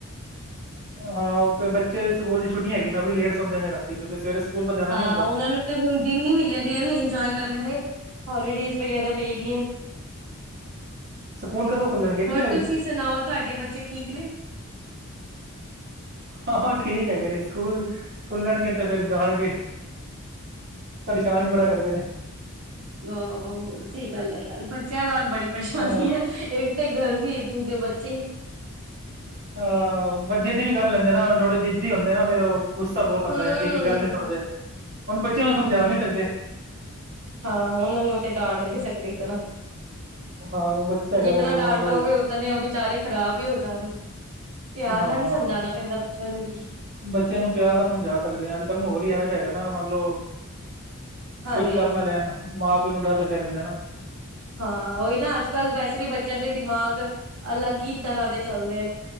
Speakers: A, on the right; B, on the right.
A: ਹਾਂ ਉਹ ਫਿਰ ਬੱਚੇ ਸਕੂਲ ਦੀ ਛੁੱਟੀ ਹੈਗੀ ਨਾ ।ਉਹ ਵੀ ਲੇਟ ਸੌਂਦੇ ਨੇ ਰਾਤੀ ਕਿਉਂਕਿ ਸਵੇਰੇ। ਸਕੂਲ ਤਾਂ ਜਾਣਾ
B: ਹਾਂ
A: ਨੀ ਹੁੰਦਾ
B: ਉਹਨਾਂ ਨੂੰ ਤੇ ਹੁਣ ਦਿਨ ਹੀ ਮਿਲੇ ਦੇ ਹਨ ਇੰਜੋਏ। ਕਰਨ ਦੇ ਹੋਲੀਡੇਜ ਵਗੈਰਾ ਪਈਦੀਆਂ।
A: ਸਕੂਲ ਕਦੋਂ ਖੁੱਲਣਗੇ ਇੱਕ
B: ਹੋਰ
A: ਜੁਲਾਈ
B: ਤੁਸੀਂ ਸੁਣਾਓ ਤੁਹਾਡੇ ਬੱਚੇ ਠੀਕ ਨੇ?
A: ਆਹੋ ਠੀਕ ਹੈਗੇ ਨੇ ਸਕੂਲ ਖੁੱਲਣਗੇ ਤੇ ਫੇਰ ਜਾਣਗੇ। ਪਰੇਸ਼ਾਨ ਹੀ ਬੜਾ ਕਰਦੇ ਨੇ।
B: ਆਹੋ ਸਹੀ ਗੱਲ ਏ ਯਾਰ ਬੱਚਿਆਂ ਨਾਲ ਬੜੀ ਪਰੇਸ਼ਾਨੀ
A: ਹਾਂ
B: ਏ ਇੱਕ ਤੇ ਗਰਮੀ ਦੂਜੇ। ਬੱਚੇ।
A: ਅਹ ਬਸ ਜ਼ਿੱਦ ਵੀ ਕਰ ਲੈਂਦੇ ਨਾ, ਥੋੜੇ ਜਿੱਦੀ ਹੁੰਦੇ ਨਾ ਫੇਰ ਉਹ। ਗੁੱਸਾ ਬਹੁਤ ਆਉਂਦਾ
B: ਹਮ
A: ਕਿ ਕੋਈ ਗੱਲ ਨੀ ਸੁਣਦੇ, ਹੁਣ ਬੱਚਿਆਂ
B: ਬਿਲਕੁਲ
A: ਨੂੰ ਸਮਝਾ
B: ਬਿਲਕੁਲ
A: ਵੀ ਨਹੀਂ ਸਕਦੇ।
B: ਬਿਲਕੁਲ ਹਾਂ ਉਹਨਾਂ ਨੂੰ ਤੇ ਡਾਂਟ ਨਹੀ ਸਕਦੇ ਇਤਨਾ।
A: ਹਾਂ ਬੱਚਾ ਹੈਗਾ
B: ਜਿਤਨਾ
A: ਫੇਰ ਮੰਨ
B: ਡਾਂਟੋਗੇ
A: ਲਓ
B: ਉਤਨੇ ਉਹ ਬੇਚਾਰੇ ਖਰਾਬ ਹੀ ਹੋ ਜਾਣਗੇ। ਪਿਆਰ
A: ਹਾਂ
B: ਨਾਲ ਹੀ ਸਮਝਾਉਣਾ ਪੈਂਦਾ ਬੱਚਿਆਂ ਨੂੰ ਵੀ।
A: ਬੱਚਿਆਂ ਨੂੰ ਪਿਆਰ ਨਾਲ ਸਮਝਾ ਸਕਦੇ ਹਾਂ ਅੱਜ ਕੱਲ੍ਹ ਮਾਹੌਲ ਹੀ ਐਵੇਂ ਜਿਹਾ ਹੈਗਾ ਨਾ ਮੰਨ ਲਓ।
B: ਹਾਂਜੀ
A: ਕੁੱਛ ਕਰ
B: ਹਾਂਜੀ
A: ਨਾ ਲੈਣ ਮਾਂ ਪਿਓ ਨੂੰ ਡਰ ਲੱਗਿਆ ਰਹਿੰਦਾ ਏ ਨਾ।
B: ਹਾਂ ਉਹੀ ਨਾ ਅੱਜ ਕੱਲ੍ਹ ਵੈਸੇ ਵੀ ਬੱਚਿਆਂ ਦੇ ਦਿਮਾਗ ਅਲੱਗ ਹੀ ਤਰ੍ਹਾਂ ਦੇ ਚਲਦੇ ਏ